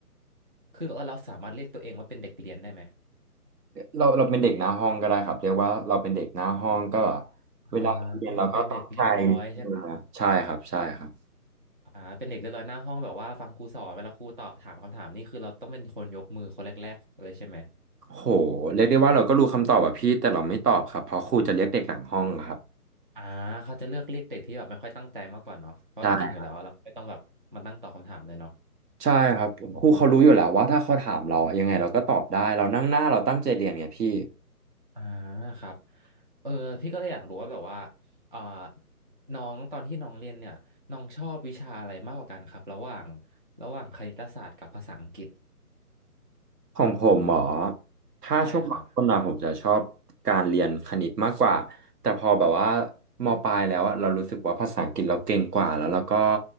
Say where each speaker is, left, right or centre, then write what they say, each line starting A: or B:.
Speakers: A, on the right; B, on the right.
A: คือเราเราสามารถเรียกตัวเองว่าเป็นเด็กเรียนได้ไหม
B: เราเราเป็นเด็กหน้าห้องก็ได้ครับเรียกว่าเราเป็นเด็กหน้าห้องก็แบบ
A: อ่า
B: เวลาเรียนเราก็ตั้งใจ
A: เป็นเด็กเรียบร้อยใช่ไหม
B: เออใช่ครับใช่ครับ
A: อ่าเป็นเด็กเรียบร้อยหน้าห้องแบบว่าฟังครูสอนเวลาครูตอบถามคำถามนี่คือเราต้องเป็นคนยกมือคนแรกๆเลยใช่ไหม
B: โหเรียกได้ว่าเราก็รู้คำตอบแบบพี่แต่เราไม่ตอบครับเพราะครูจะเรียกเด็กหลังห้องอะครับ
A: อ่าเขาจะเลือกเรียกเด็กที่แบบไม่ค่อยตั้งใจมากกว่าเนาะเพราะเราเก่งอยู่แล้วอะเราไม่ต้องแบบมาตั้งตอบคำถามเลยเนาะ
B: ใช่ใช่ครับครูเขารู้อยู่แล้วว่าถ้าเขาถามเรายังไงเราก็ตอบได้เรานั่งหน้าเราตั้งใจเรียนไงพี่
A: อ่าครับเออพี่ก็เลยอยากรู้ว่าแบบว่าเอ่อน้องตอนที่น้องเรียนเนี่ยน้องชอบวิชาอะไรมากกว่ากันครับระหว่างระหว่างคณิตศาสตร์กับภาษาอังกฤษ
B: ของผมหมอถ้าช่วงมต้นนะผมจะชอบการเรียนคณิตมากกว่าแต่พอแบบว่า
A: ใช่ครับ
B: มปลายแล้วอะเรารู้สึกว่าภาษาอังกฤษเราเก่งกว่าแล้วเราก็